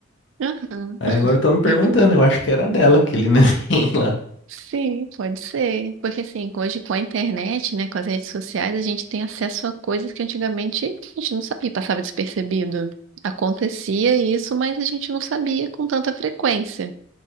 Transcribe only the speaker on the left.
Aí agora estão me perguntando,
eu acho que era dela, aquele <laughs> neném lá.